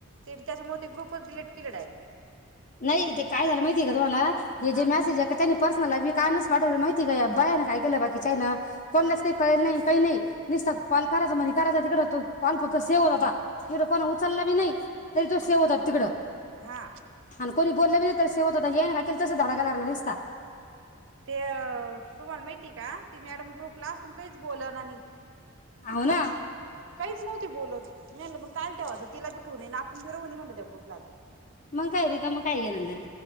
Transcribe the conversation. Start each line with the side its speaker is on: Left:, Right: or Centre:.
Right: ते बी त्याच्यामुळ ते ग्रुपच डिलीट केले डायरेक्ट
Left: नाही ते काय झाल माहितीये का तुम्हाला हे जे
Right: अ
Left: मॅसेज ऐकताय पर्सनल लाईफी हे <unintelligible> माहितीये का बाया ना काय काय लय बाकीच्या हाय ना कोणलाच
Right: अ
Left: काई कळेल नाही काई नाही निसता कॉल करायचा म्हणे करायचा तिकड तो कॉल फक्त सेव होत होता तिकड कोणा उचलला बी नाही तरी तो सेव्ह होत होता तिकड
Right: हा
Left: हा ना कोणी बोलल बी नाही तर सेव होत होता ये का तस धडाका धरला
Right: ते अ तुम्हाला माहितीये का? ती मॅडम ग्रुपला असून काहीच बोलना नी
Left: हाव ना
Right: काहीच नव्हती बोलत. नाहीलं पण काल ठेवाता तिला भी ठिवू नए नई आपण बि रवू नये म्हटलं त्या ग्रुपला आता.
Left: मंग काय रिकाम काय घेणदेण